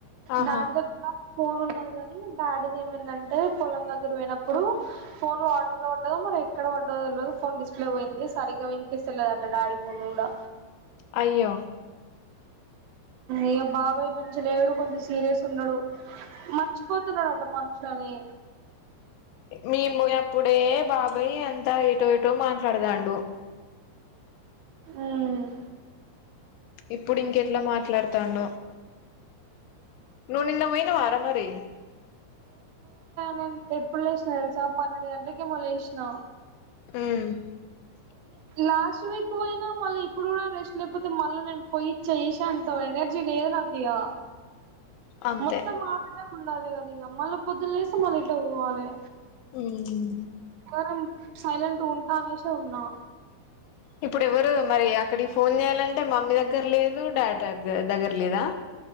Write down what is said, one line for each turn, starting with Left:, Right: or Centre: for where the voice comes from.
Left: ఆహా
Right: డాడీ దగ్గర ఫోన్ ఉన్నది గాని డాడీది ఏమైందంటే పొలం దగ్గర పోయినప్పుడు ఫోన్ వాటర్లో పడ్డదో మరి ఎక్కడ పడ్డదో తెల్వదు ఫోన్ డిస్ప్లే పోయింది సరిగ్గా వినిపిస్తలేదట డాడీ ఫోన్ కూడా
Left: అయ్యో
Right: ఇగ బాబాయ్ మంచి లేడు కొంచెం సీరియస్ ఉన్నాడు మర్చిపోతున్నాడట మనుషులని
Left: మేము అప్పుడే బాబాయ్ అంతా ఎటో ఎటో మాట్లాడతాండు
Right: ఊమ్
Left: ఇప్పుడు ఇంకెట్లా మాట్లాడతాండో నువ్వు నిన్న పోయినవా రా మరి
Right: న ఎప్పుడు లేసిన తెలుసా పన్నెడుంటలకి మలేష్న
Left: మ్మ్
Right: లాస్ట్ వీక్ పోయినా మళ్ళీ ఇప్పుడు కూడా రెస్ట్ లేకపోతే మళ్ళీ నేను పోయి చేసా అంత ఎనర్జీ లేదునాకియా
Left: అంతే
Right: మొత్తం మాడానే ఉండాలి కదా ఇక మళ్ళీ పొద్దులేసి మళ్ళీ ఇట్లక్ పోవాలే
Left: ఉమ్
Right: నేను సైలెంట్ ఉంటా అనేసె ఉన్నా
Left: ఇప్పుడు ఎవ్వరు మరి అక్కడి ఫోన్ చేయాలంటే మమ్మీ దగ్గర లేదు డాడీ దగ్గ దగ్గర లేదా